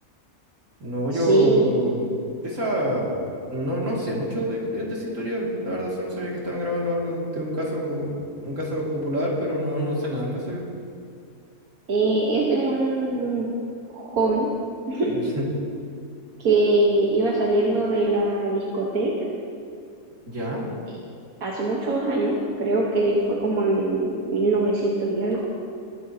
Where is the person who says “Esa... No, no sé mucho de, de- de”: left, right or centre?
Right